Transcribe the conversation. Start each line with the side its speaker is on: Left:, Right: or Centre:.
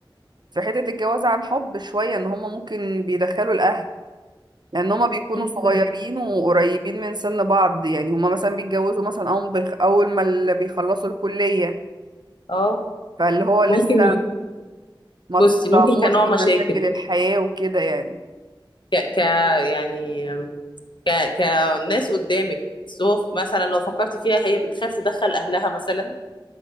Right: في حتة الجواز عن حب شوية إن هما ممكن بيدخلوا الأهل لان هما بيكونوا
Left: ممكن
Right: صغيرين وقريبين من سن بعض يعني هما مثلا بيتجوزوا مثلا اول بيخ... اول ما اللي بيخلصوا الكلية
Left: اه
Right: فاللي هو لسه
Left: ممكن
Right: ما
Left: بصي
Right: تصدموش
Left: ممكن كنوع
Right: بمشاكل
Left: مشاكل
Right: الحياة وكده يعني
Left: ك ك يعني ك كناس قدامك بس هو مثلا لو فكرتي فيها هي بتخاف تدخل اهلها مثلا